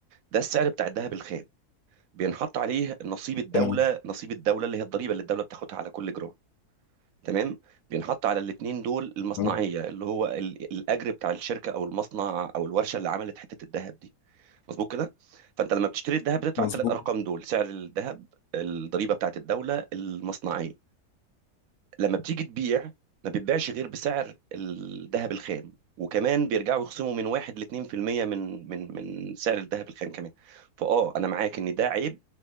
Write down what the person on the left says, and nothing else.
تمام
تمام
مظبوط